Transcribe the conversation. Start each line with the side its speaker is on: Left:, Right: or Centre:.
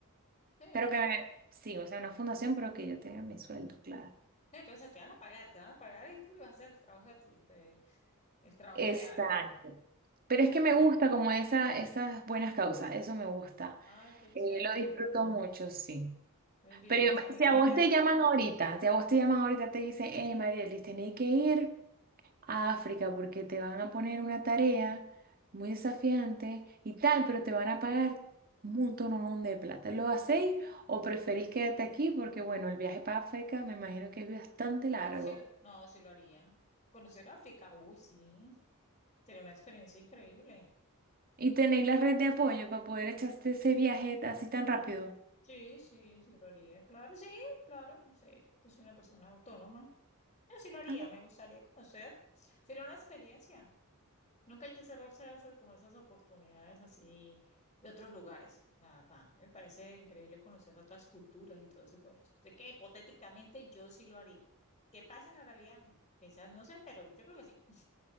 Left: Sí.
Right: pero que me- sí, o sea, una fundación, pero que yo tenga mi sueldo, claro.
Left: Eh, que, o sea, te van a pagar, te van a pagar y tú le vas a hacer el trabajo de tus, de, el trabajo
Right: Exacto.
Left: ideal.
Right: Pero es que me gusta como esa, esas buenas causas, eso me gusta.
Left: Ay, qué chévere.
Right: Eh, lo disfruto mucho, sí.
Left: Entonces, ¿Vivías
Right: Pero
Left: en
Right: si
Left: Inglaterra?
Right: a vos te llaman ahorita, si a vos te llaman ahorita, te dicen, eh, Marielis, tenéis que ir. a África porque te van a poner una tarea muy desafiante y tal, pero te van a pagar un montón de plata. ¿Lo hacéis o preferís quedarte aquí? Porque bueno, el viaje para África me imagino que es bastante largo.
Left: No, sí, lo- no, sí lo haría. Conocer África, uy, sí. Sería una experiencia increíble.
Right: ¿Y tenéis la red de apoyo para poder echarte ese viaje así tan rápido?
Left: Sí, sí, sí lo haría. Claro, sí, claro, sí. Yo soy una persona autónoma. Yo sí lo haría,
Right: Ah,
Left: me gustaría conocer. Sería una experiencia. Nunca hay que cerrarse a esas, como esas oportunidades así de otros lugares, la verdad. Me parece increíble conocer otras culturas y todo ese cuento. Sé que hipotéticamente yo sí lo haría. qué pasa en la realidad, quizás no sé, pero yo creo que sí.